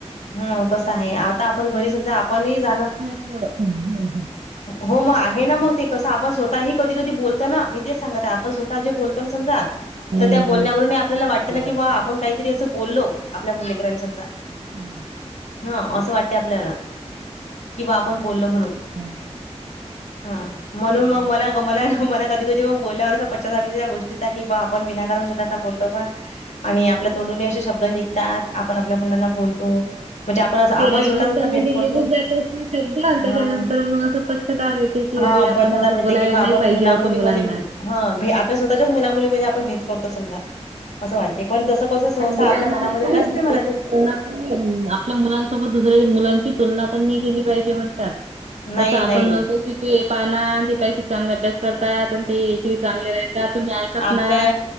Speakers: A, on the left; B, on the right.
A: हा कसं आहे आता आपण घरी समजा आपणही झाल.
B: हा हम हा हा.
A: हो मग आहे ना मग ते कस आपण स्वतःही कधी कधी बोलतो ना मी तेच सांगत आपण स्वता, स्वतः बोलतो ना समजा
B: हं,
A: तर त्या बोलण्यावरून
B: हं.
A: आपल्याला वाट
B: हो.
A: ना की बा आपण काही. तरी अस बोललो आपल्या मुलली करायला समजा
B: हं.
A: हा
B: हो.
A: असं वाटते आपल्याला. किं बा आपण बोललो म्हणून
B: आणि
A: ह म्हणून मग
B: ना.
A: मला मला. मला कधी कधी मग बोलल्यावरं पश्चाताप त्या गोष्टीचा की बा आपण विनाकारण मुलाना, बोललो का आणि आपल्या तोंडनी असे शब्द निघतात आपण आपल्या मुलांना बोलतो. म्हणजे आपण असं आपण
B: ते राग
A: स्वतःच
B: असताना
A: असा भेद
B: ते
A: करतो
B: निघून जात. शब्द आणि
A: हा
B: त्याच्यानंतर मग असं पश्चाताप येत की
A: हा
B: अरे आपण
A: पश्चाताप
B: असं
A: येते
B: बोलायला
A: की बा आपण
B: नाही पाहिजे
A: मुला
B: होत
A: मुलीमध्ये
B: मुलांना.
A: हा भ आपल्या स्वतःच्याच मुला मुलीमध्ये आपण भेद करतो समजा. असं वाटते पण तसं कसं सहसा
B: आणि मुलांना
A: आपल्या मनामध्ये
B: नाही काय
A: नसते
B: दुसऱ्याची
A: म्हणा ते.
B: तुलना पण नाही आपल्या मुलांसोबत दुसऱ्या मुलांची तुलना पण नाही केली पाहिजे म्हणतात
A: नाही
B: कसं आपण
A: नाही
B: म्हणतो. तू हे पाना तुझ्यापेक्षा चांगलं अभ्यास करती. त्यातून ते चांगले राहतात तुम्ही ऐकत
A: आपल्या
B: नाय!